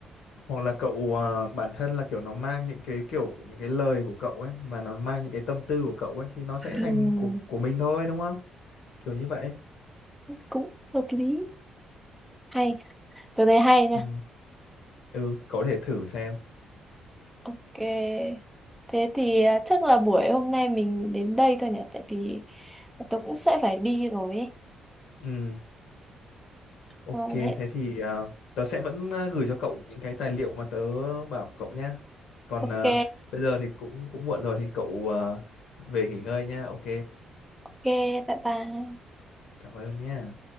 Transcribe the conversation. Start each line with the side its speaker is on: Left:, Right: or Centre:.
Left: hoặc là cậu à, bản thân là kiểu nó mang những cái kiểu những cái lời của cậu ấy mà nó mang những cái tâm tư của cậu ấy thì nó sẽ
Centre: Ừm,
Left: thành của của mình thôi đúng không kiểu như vậy
Centre: cũng hợp lý hay tôi thấy hay nha
Left: ừ ừ cậu có thể thử xem
Centre: Ok. Thế thì à, chắc là buổi hôm nay mình đến đây thôi nhỉ? Tại vì tôi cũng sẽ phải đi rồi ấy.
Left: ừ Ok,
Centre: Ờ,
Left: thế
Centre: hẹn.
Left: thì ờ, tớ sẽ vẫn ờ, gửi cho cậu những cái tài liệu mà tớ bảo cậu nhá. Còn
Centre: Ok.
Left: ờ, bây giờ thì cũng cũng muộn rồi thì cậu ờ, về nghỉ ngơi nhá. Ok,
Centre: Ok. Bye bye.
Left: cảm ơn nhá.